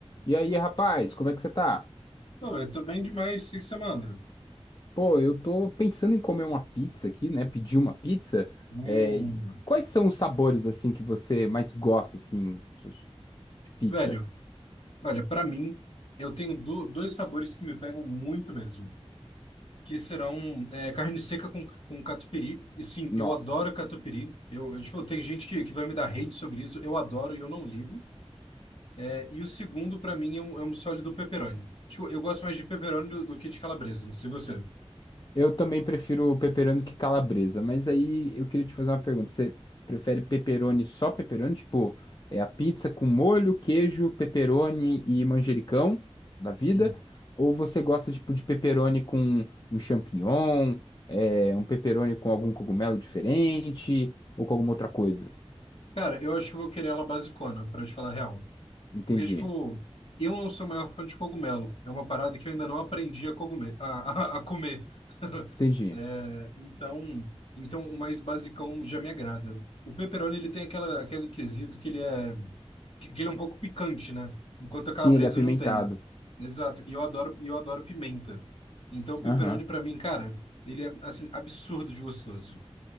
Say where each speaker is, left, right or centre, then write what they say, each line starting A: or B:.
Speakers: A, on the left; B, on the left.
A: E aí, rapaz, como é que você tá?
B: Não, eu tô bem demais. O que que você manda?
A: Pô, eu tô pensando em comer uma pizza aqui, né? Pedir uma pizza.
B: Hum,
A: É, e quais são os sabores, assim, que você mais gosta, assim, de pizza?
B: velho, olha, pra mim, eu tenho do- dois sabores que me pegam muito mesmo, que serão é, carne seca com, com catupiry. E sim,
A: Nossa.
B: eu adoro catupiry. Eu, eu, tipo, tem gente que, que vai me dar hate sobre isso. Eu adoro e eu não ligo. É, e o segundo, pra mim, é um, é um sólido pepperoni. Tipo, eu gosto mais de pepperoni do, do que de calabresa, não sei você.
A: Eu também prefiro pepperoni que calabresa, mas aí eu queria te fazer uma pergunta. Você prefere pepperoni só pepperoni? Tipo, é a pizza com molho, queijo, pepperoni e manjericão da vida?
B: Hum.
A: Ou você gosta, tipo, de pepperoni com um champignon, é, um pepperoni com algum cogumelo diferente ou com alguma outra coisa?
B: Cara, eu acho que eu vou querer ela basicona, pra te falar a real.
A: Entendi,
B: Porque, tipo, eu não sou o maior fã de cogumelo. É uma parada que eu ainda não aprendi a, cogume- a, a- a comer. <laughs>
A: entendi.
B: É, então, então, o mais basicão já me agrada. O pepperoni, ele tem aquela, aquele quesito que ele é, que que ele é um pouco picante, né? Enquanto a calabresa
A: Sim, ele é apimentado.
B: não tem. Exato. E eu adoro, e eu adoro pimenta. Então, o pepperoni,
A: Aham,
B: pra mim, cara, ele é, assim, absurdo de gostoso.